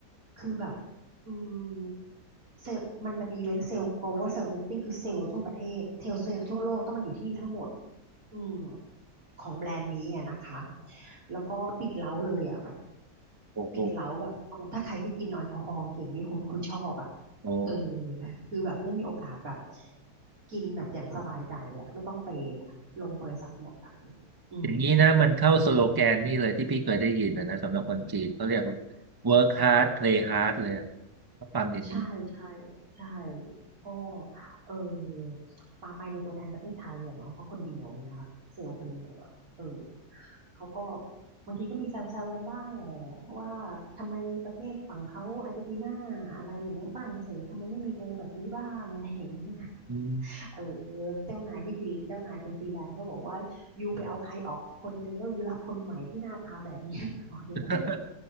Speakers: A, on the right (about 60°); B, on the right (about 15°).
A: คือแบบอืมเซลมันเป็นอีเวนต์เซลล์ global sales meeting คือเซลล์ทั่วประเทศเทลเซลล์ทั่วโลกต้องมาอยู่ที่นี่ทั้งหมดอืมของแบรนด์นี้อ่ะนะคะแล้วก็ปิดเล้าเลยอ่ะ
B: โอ้โห
A: ปิดเล้าแบบโอ้ถ้าใครที่กินแอลกอฮอล์เก่งนี่คณคือชอบอ่ะ
B: โอ
A: เออ
B: ้
A: คือแบบได้มีโอกาสแบบกินแบบอย่างสบายใจอ่ะไม่ต้องเปย์อะลงบริษัทหมดอ่ะอืม
B: อย่างนี้นะมันเข้าสโลแกนนี่เลยที่พี่เคยได้ยินนะนะสำหรับคนจีนเขาเรียกว่า work hard play hard เลยอะก็ปั๊มอย่างนี้
A: ใช่ใช่ใช่ก็เออปาไปในตัวแทนประเทศไทยอะเนาะเพราะคนเดียวไงคะเซลล์คนเดียวอะเออเขาก็บางทีก็มีแซวๆกันบ้างแหละว่าทำไมประเทศฝั่งเขาอาร์เจนตินาอะไรอย่างเงี้ยฝรั่งเศสทำไมไม่มีเซลล์แบบนี้บ้างอะไรอย่างเงี้ย
B: อืม
A: เออเจ้านายที่ฟินเจ้านายคนฟินแลนด์ก็บอกว่ายูไปเอาใครออกคนนึงแล้วยูรับคนใหม่ที่หน้าตาแบบเนี้ย <laughs> บอกอย่างเงี้ย
B: <laughs>